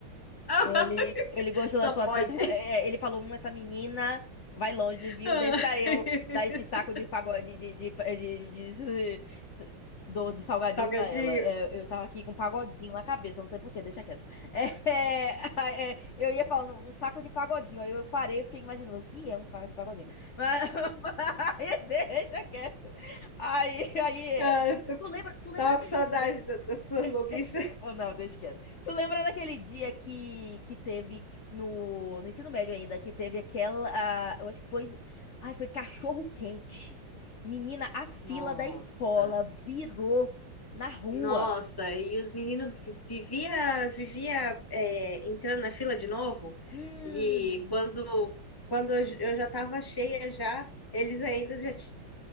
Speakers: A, on the left (about 20°); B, on the left (about 55°).
A: <laughs>
B: Ele, ele gostou
A: Só
B: da sua.
A: pode.
B: <laughs> é, Ele falou: hum, essa menina vai longe,
A: <laughs>
B: viu? Deixa eu dar esse saco de pagode de, de, de, de, de- de- do- de salgadinho
A: Salgadinho.
B: pra ela. É, eu tava aqui com um pagodinho na cabeça, não sei por quê, deixa quieto. <laughs> É, é, é, eu ia falando um saco de pagodinho, aí eu parei e fiquei imaginando o que é um saco de pagodinho. Mas, <laughs> mas deixa quieto. Aí, aí, é,
A: Ah, eu tô-
B: tu lembra, tu lembra
A: Tava
B: daquele
A: com saudade
B: dia?
A: da- das tuas bobices.
B: <laughs> Ou não, deixa quieto. Tu lembra daquele dia que, que teve no, no ensino médio ainda, que teve aquela, ah, eu acho que foi, ai, foi cachorro quente. Menina, a fila
A: Nossa.
B: da escola virou na rua.
A: Nossa, e os meninos vi- vivia, vivia é, entrando na fila de novo.
B: Hum.
A: E quando, quando eu eu já estava cheia já, eles ainda já tinham